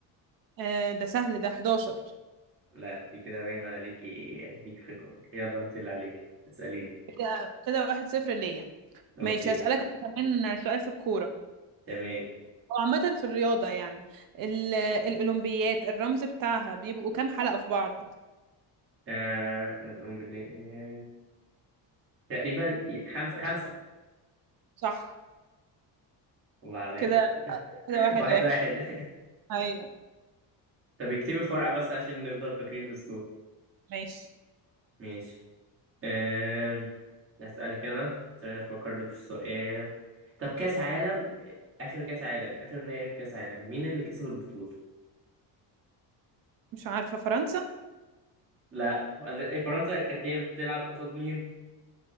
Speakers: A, on the right (about 50°); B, on the right (about 30°).
A: آه ده سهل ده 11
B: لا انت كده باين عليكي ليكي في الجول يلا انت اللي عليكي اسأليني
A: كده كده واحد صفر ليا
B: اوكي
A: ماشي هسألك أنا كمان سؤال في الكورة
B: تمام
A: أو عامة في الرياضة يعني ال- الأولمبيات الرمز بتاعها بيبقوا كام حلقة في بعض؟
B: آه... أقوم باللي- تقريبا خمسة خمسة
A: صح
B: الله عليك
A: كده كده
B: <laughs>
A: واحد
B: واحد
A: واحد
B: واحد
A: أيوه
B: <laughs> طب اكتبي في ورقة بس عشان نفضل فاكرين السكور
A: ماشي
B: ماشي آم، أسألك أنا ثواني أفكر لك في سؤال طب كأس عالم آخر كأس عالم آخر نهائي كأس عالم مين اللي كسب البطولة؟
A: مش عارفة فرنسا
B: لا فرنسا كانت هي بتلعب قصاد مين؟